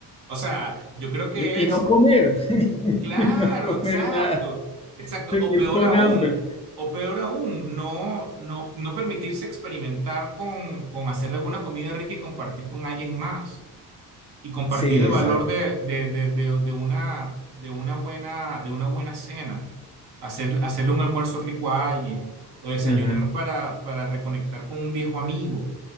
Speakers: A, on the right; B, on the left.
A: O sea, yo creo que
B: Y, y
A: es,
B: no comer, <laughs>
A: claro,
B: y no comer
A: exacto,
B: nada,
A: exacto.
B: seguir
A: O peor
B: con
A: aún,
B: hambre.
A: o peor aún, no, no, no permitirse experimentar con, con hacer alguna comida rica y compartir con alguien más. Y compartir
B: Sí,
A: el
B: exacto.
A: valor de, de, de, de, de una, de una buena, de una buena cena. Hacer, hacerle un almuerzo rico a alguien. O desayunar
B: Ujú.
A: para, para reconectar con un viejo amigo.